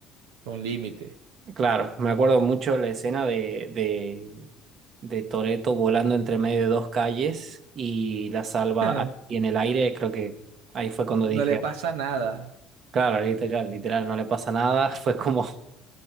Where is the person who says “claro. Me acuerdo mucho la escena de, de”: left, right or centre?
Right